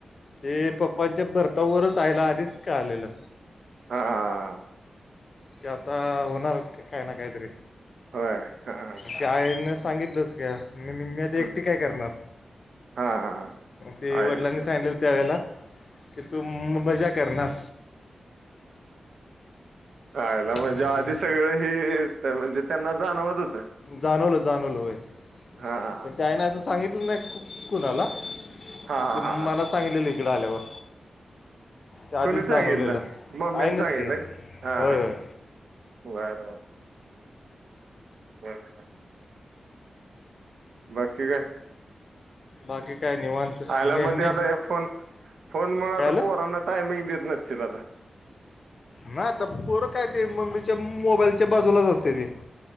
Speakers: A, on the left; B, on the right.
A: ते पप्पांच्या भर्तावरच आयला आधीच का आलेलं.
B: हा.
A: की आता होणार काही ना काहीतरी
B: होय हा
A: की आईनं सांगितलंच क म मी आता एकटी
B: हम्म.
A: काय करणार.
B: हा
A: ते वडिलांनी
B: आयुष्य
A: सांगलेलं त्यावेेळेला की तू मजा करणार.
B: यला म्हणजे
A: हम्म,
B: आधी सगळं हि. म्हणजे त्यांना जाणवत होतं.
A: जाणवलं जाणवलंय
B: हा हा
A: पण ते आहे ना असं सांगितलं नाही कुणाला
B: हा
A: ते मला
B: हा हा
A: सांगलेलं इकडं आल्यावर. ते आधीच
B: कोणी सांगितलं
A: जाणवलेलं
B: मम्मीने
A: आईनंच
B: सांगितलं
A: की
B: हा
A: होय होय
B: बरं बर. बर. बाकी का.
A: बाकी काय निवांत.
B: आला
A: नेन
B: मग ते
A: नेन
B: आता हे फोन फोन म्हण आता
A: काय आलं
B: पोहरांना टायमिंग देत नशील आता.
A: ना आता परं काय ते मम्मीच्या मोबाईलच्या बाजूलाच असते ती.